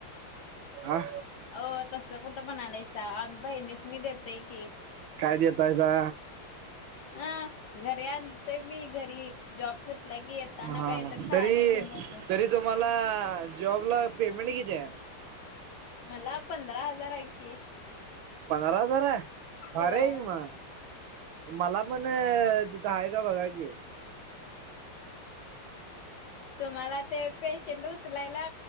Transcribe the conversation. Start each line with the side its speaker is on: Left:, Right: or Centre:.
Right: आ.
Left: हो तसं कुठं म्हणालायसा आम्ऊ बहिणीस नी देतय की.
Right: काय देतयसा?
Left: हा घरी आणतेय मी घरी. जॉब सुटला की येताना
Right: हा
Left: काही तर खायला
Right: तरी
Left: घेऊन येते.
Right: तरी तुम्हाला जॉबला पेमेंट किती आहे?
Left: मला पंधरा हजार आहे की.
Right: पंधरा हजार आहे,
Left: होय
Right: भारी आहे की मग‌. मला पण तिथं आहे काय बघा की.
Left: हम्. तुम्हाला ते पेशंट उचलायला,